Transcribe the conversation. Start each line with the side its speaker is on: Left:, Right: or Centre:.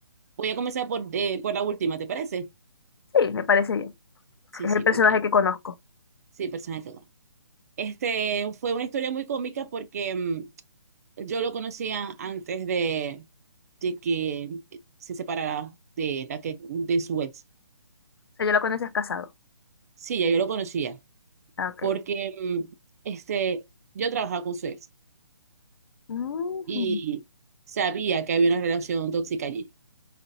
Right: Voy a comenzar por, eh, por la última, ¿te parece?
Left: Sí, me parece bien.
Right: Sí,
Left: Es
Right: sí,
Left: el personaje
Right: porque
Left: que conozco. O
Right: sí, personaje. Este, fue una historia muy cómica porque mm, Yo lo conocía antes de, de que se separara de la que de su ex.
Left: sea, yo lo conoces casado.
Right: Sí, ya yo lo conocía,
Left: Ok.
Right: porque mm, este, yo trabajaba con su ex
Left: Mm,
Right: y sabía que había una relación tóxica allí.